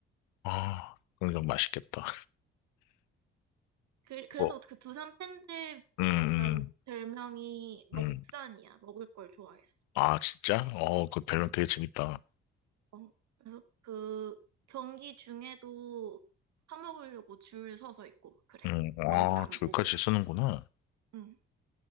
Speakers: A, on the left; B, on the right.
A: 아, 그건 좀 맛있겠다.
B: 그, 그래서
A: 뭐,
B: 그 두산 팬들
A: 음, 음,
B: 약간 별명이 먹산이야.
A: 음.
B: 먹을 걸 좋아해서.
A: 아, 진짜? 어, 그 별명
B: 어.
A: 되게 재밌다.
B: 어, 그래서 그 경기 중에도 사 먹으려고 줄 서서 있고 그래.
A: 음, 아,
B: 경기 안
A: 줄까지
B: 보고.
A: 쓰는구나.
B: 응.